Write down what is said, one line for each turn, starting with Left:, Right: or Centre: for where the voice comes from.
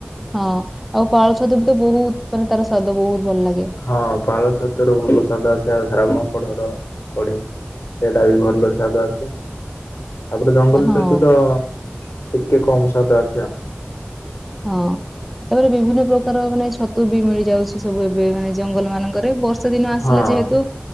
Centre: ହଁ ଆଉ ପାଳ ଛତୁ ବି ତ ବହୁତ ମାନେ ତାର ସ୍ଵାଦ ବହୁତ ଭଲ ଲାଗେ।
Left: ହଁ ପାଳ ଛତରୁ ଭଲ ସ୍ୱାଦ ଆସେ ଶ୍ରାବଣ କଢ଼ର କଢି। ସେଇଟା ବି ଭଲ ସ୍ୱାଦ ଆସେ। ତାପରେ ଜଙ୍ଗଲ
Centre: ହଁ
Left: ଛତୁ ତ ଟିକେ କମ ସ୍ୱାଦ ଆସେ ଆଉ।
Centre: ହଁ। ଆ ତାପରେ ବିଭିନ୍ନ ପ୍ରକାର ମାନେ ଛତୁ ବି ମିଳି ଯାଉଛି ସବୁ ଏବେ ମାନେ ଜଙ୍ଗଲ ମାନଙ୍କରେ ବ। ଦଶ ଦିନ ଆସିଲା
Left: ହଁ
Centre: ଯେହେତୁ